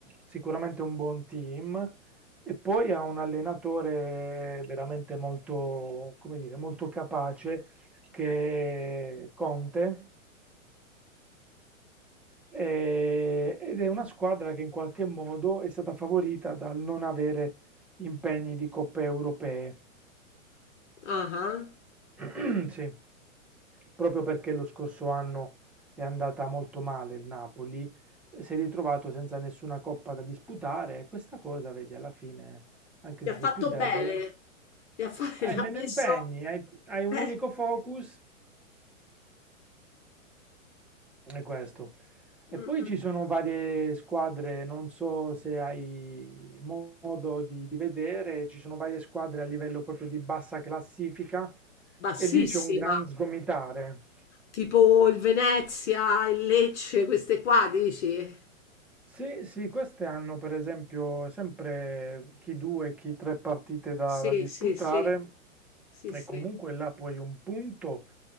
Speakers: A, in the centre; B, on the left.
A: sicuramente un buon team e poi ha un allenatore veramente molto, come dire, molto capace che è Conte, e- ed è una squadra che in qualche modo è stata favorita dal non avere impegni di coppe europee.
B: Ah, ah.
A: <clears throat> Sì, proprio perché lo scorso anno è andata molto male il Napoli, si è ritrovato senza nessuna coppa da disputare e questa cosa, vedi, alla fine, anche
B: Gli
A: se
B: ha
A: sei
B: fatto
A: più debole,
B: bene. Gli ha, fa- <laughs> gli
A: hai
B: ha
A: meno
B: messo...
A: impegni, hai, hai
B: eh,
A: un unico focus È questo.
B: mm,
A: E poi
B: mm,
A: ci
B: mm.
A: sono varie squadre, non so se hai modo di, di vedere, ci sono varie squadre a livello proprio di bassa classifica
B: bassissima.
A: e lì c'è un gran sgomitare.
B: Tipo il Venezia, il Lecce, queste qua, dici?
A: Sì, sì, queste hanno per esempio sempre chi due, chi tre partite da,
B: Sì,
A: da disputare
B: sì, sì. Sì, sì.
A: e comunque là poi un punto